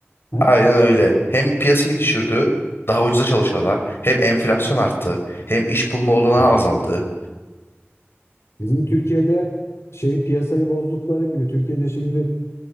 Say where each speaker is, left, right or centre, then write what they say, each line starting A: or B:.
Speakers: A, on the left; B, on the left.
A: He?
B: Aynen öyle. Hem piyasayı düşürdü. Daha ucuza çalışıyorlar. Hem enflasyon arttı. Hem iş bulma olanağı
A: Yani
B: azaldı.
A: Bizim Türkiye'de şey piyasayı bozdukları gibi Türkiye'de şimdi